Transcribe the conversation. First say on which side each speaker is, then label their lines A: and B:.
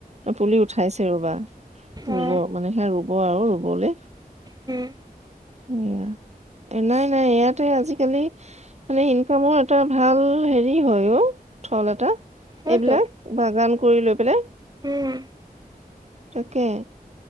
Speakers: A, on the right; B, on the right.
A: পুলি উঠাইছে ৰবা ৰুব
B: অ
A: মানে সেয়া ৰুব আৰু ৰুবলৈ
B: হম
A: সয়া নাই নাই ইয়াতে আজিকালি মানে ইনকামৰ এটা ভাল হেৰি হয় অ থল এটা
B: হয়তো
A: এইবিলাক বাগান কৰি লৈ পেলাই
B: উম
A: তাকে